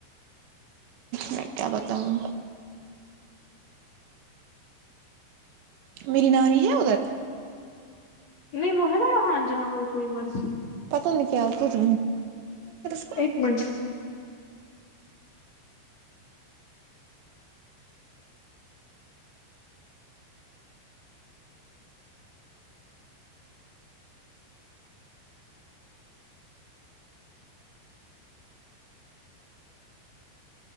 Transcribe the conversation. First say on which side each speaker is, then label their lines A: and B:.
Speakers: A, on the right; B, on the left.
A: میں کیا بتاؤں میری نانی ہے ادھر
B: نہیں وہ ہے نا وہاں جہاں وہ کوئی مرضی
A: پتہ نہیں کیا کچھ <unintelligible>
B: ایک منٹ